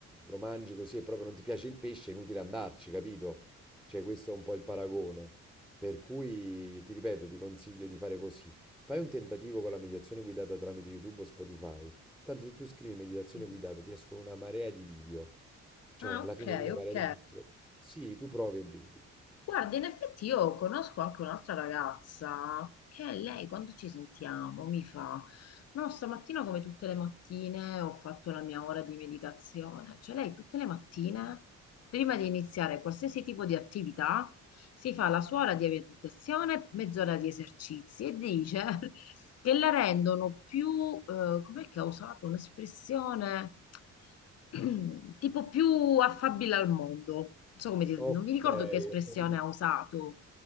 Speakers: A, in the centre; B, on the left (about 55°).
A: lo mangi così e proprio non ti piace il pesce, è inutile andarci, capito? Cioè, questo è un po' il paragone. Per cui, ti ripeto, ti consiglio di fare così. Fai un tentativo con la meditazione guidata tramite YouTube o Spotify. Tanto se tu scrivi meditazione
B: Mm.
A: guidata ti escono una marea di video. Cioè,
B: Ah,
A: alla
B: ok,
A: fine uno vale
B: ok.
A: l'altro. Sì, tu provi e vedi.
B: Guarda, in effetti io conosco anche un'altra ragazza che lei quando ci sentiamo mi fa, no, stamattina come tutte le mattine ho fatto la mia ora di meditazione, cioè lei tutte le mattine, prima di iniziare qualsiasi tipo di attività, si fa la sua ora di meditazione, mezz'ora di esercizi e dice <laughs> che la rendono più, eh, com'è che ha usato un'espressione <clears throat> tipo più affabile al mondo. Non so come dire,
A: Ok,
B: non mi ricordo
A: ho
B: che espressione
A: capito.
B: ha usato,